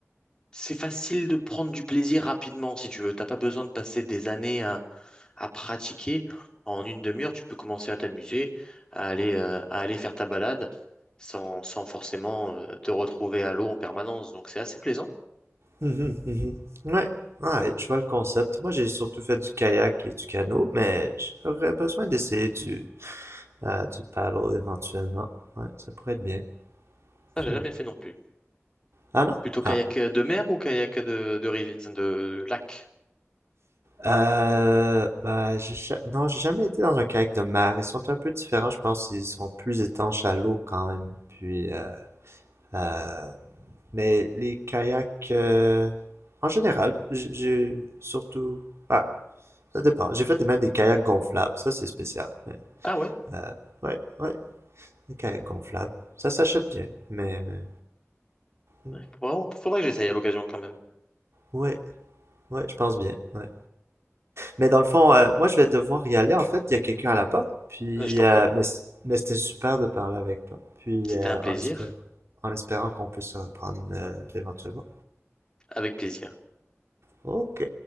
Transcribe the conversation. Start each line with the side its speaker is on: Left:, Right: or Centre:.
Left: C'est facile de prendre du plaisir rapidement, si tu veux. T'as pas besoin de passer des années à pratiquer. En une demi-heure, tu peux commencer à t'amuser, à aller, euh, à aller faire ta balade sans, sans forcément euh, te retrouver à l'eau en permanence. Donc c'est assez plaisant.
Right: Mhm, mhm. Ouais, ouais, je vois le concept. Moi, j'ai surtout fait du kayak et du canot, mais j'aurais besoin d'essayer du, euh, du paddle éventuellement. Ouais, ça pourrait être bien.
Left: Ça,
Right: Hmm.
Left: j'ai jamais fait non plus.
Right: Ah non?
Left: Plutôt kayak
Right: Ah.
Left: de mer ou kayak de, de, rivi- de lac?
Right: Euh, bah, j'ai ja- non, j'ai jamais été dans un kayak de mer. Ils sont un peu différents, je pense. Ils sont plus étanches à l'eau quand même. Puis, euh, euh, mais les kayaks, euh, en général, j- j'ai surtout, ah, ça dépend. J'ai fait des- même des kayaks gonflables, ça c'est spécial.
Left: Ah ouais?
Right: Euh, ouais, ouais, des kayaks gonflables. Ça s'achète bien, mais, mais... mm,
Left: Ouais, faut Vraiment, faudrait que j'essaye à l'occasion quand même.
Right: Ouais, ouais, je pense bien, ouais. Mais dans le fond, euh, moi, je vais devoir y aller. En fait, il y a quelqu'un à la porte, puis...
Left: Euh, Je t'en
Right: euh,
Left: prie.
Right: mais mais c'était super de parler avec toi, puis
Left: C'était
Right: euh,
Left: un plaisir.
Right: en espérant, en espérant qu'on peut se reprendre euh, éventuellement.
Left: Avec plaisir.
Right: Ok,